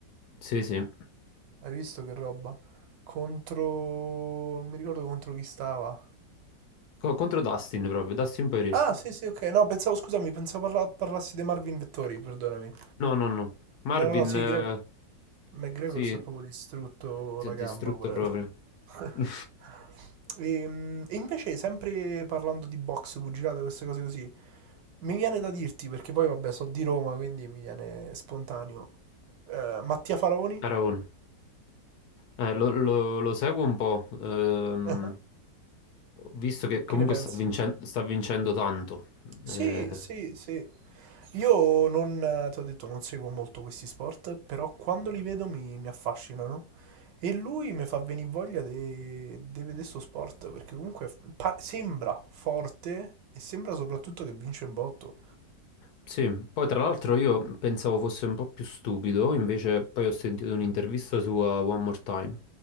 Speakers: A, on the left; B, on the right.
A: Sì, sì.
B: Hai visto che roba? Contro... Non mi ricordo contro chi stava.
A: Co- contro Dustin proprio, Dustin Poirier.
B: Ah, sì, sì, ok. No, pensavo, scusami, pensavo parla- parlassi dei Marvin Vettori, perdonami.
A: No, no, no. Marvin,
B: No, no, no, sì,
A: eh,
B: Greg... McGregor
A: sì,
B: si è proprio distrutto
A: si
B: la
A: è distrutto
B: gamba, porello.
A: proprio.
B: <laughs>
A: <laughs>
B: Ehm, E, invece, sempre parlando di box, pugilate, queste cose così, mi viene da dirti, perché poi vabbè, so di Roma, quindi mi viene spontaneo. Eh, Mattia Faraoni?
A: Faraone.
B: <laughs>
A: Eh, lo, lo- lo seguo un po', ehm,
B: Ah,
A: visto che comunque
B: Che ne pensi?
A: sta vincen- sta vincendo tanto.
B: Sì,
A: Eh,
B: sì, sì. Io non, eh, ti ho detto, non seguo molto questi sport, però quando li vedo mi, mi affascinano. E lui mi fa venire voglia di vedere sto sport, perché comunque pa- sembra forte e sembra soprattutto che vince in botto.
A: Sì, poi tra l'altro io pensavo fosse un po' più stupido, invece poi ho sentito un'intervista sua One More Time